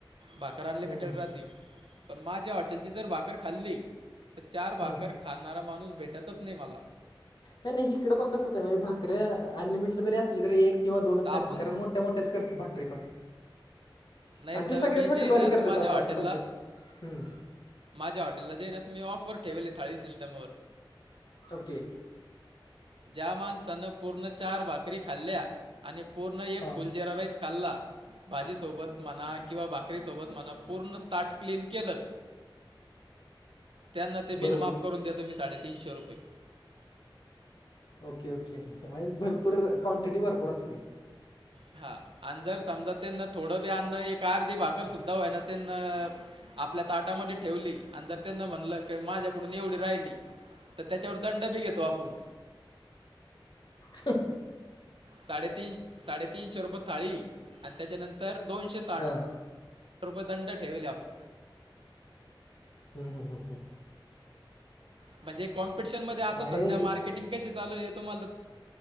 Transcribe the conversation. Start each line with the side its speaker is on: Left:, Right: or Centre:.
Right: भाकर अनलिमिटेड
Left: हम्म
Right: राह पण माझ्या हॉटेलची जर भाकर खाल्ली तर चार
Left: हम्म
Right: भाकर खाणारा माणूस भेटतच नाही मला
Left: नाही नाही इकडे पण तसंच आहे म्हणजे भाकरे अनलिमिटेड जरी असले तरी एक किंवा दोनच
Right: तर आपण
Left: खातात कारण मोठ मोठ्याच करतात भाकरी पण
Right: नाही
Left: आणि ते
Right: तर
Left: सगळेच
Right: मी
Left: हॉटेलवाले
Right: जे आहे ना
Left: करतात
Right: तर माझ्या
Left: आता
Right: हॉटेलला
Left: सध्या हम्म
Right: माझ्या हॉटेलाे ना त मी ऑफर ठेवलले थळी सिस्टमवर
Left: ओके
Right: ज्या माणसानं पूर्ण चार भाकरी खाल्ल्या आणि पूर्ण एक
Left: हां
Right: फुल जिरा रईस कल्ला भाजीसोबत म्हणा किंवा भाकरी सोबत म्हणा पूर्ण ताट क्लीन केलं त्यांना ते
Left: बरोबर
Right: बिल माफ करून द्या तुम्ही साडेतीनशे रुपये
Left: ओके ओके भरपूर क्वांटीटी भरपूर अस ती
Right: हा आणि जर समजा त्यांना थोडं बी अन्न एक अर्धी भाकर सुद्धा होय ना त्यांना आपल्या ताटामध्ये ठेवली आणि जर त्यांना म्हणलं क माझ्याकडून एवढी राहिली तर त्याच्यावर दंड बी घेतो आपण
Left: ह
Right: साडेतीन साडेतीीनशे रुपये थाळी आणि त्याच्यानंतर दोनशे साठ
Left: हां
Right: रुपये दंड ठेवेले आपण
Left: हम् हम हम हम
Right: म्हणजे कॉमपिटिशन मध्ये आता
Left: नाही
Right: सध्या म्केटिंग कशी चालू आहे तुम्हाला तर